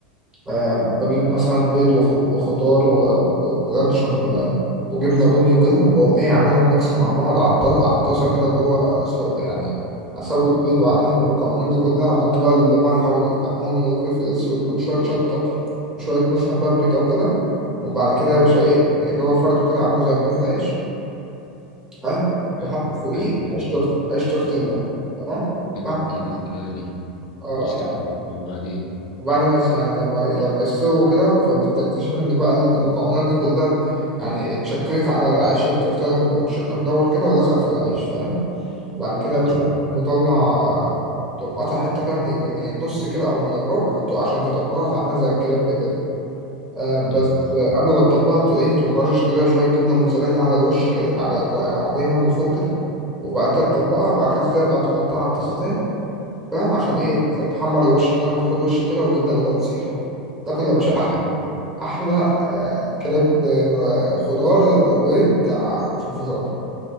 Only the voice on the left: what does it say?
ايوه
ايوه حلو
كده
جديد الطريقة دي
اشتريتها
وبعدين
حلو
حلو أوي
جامد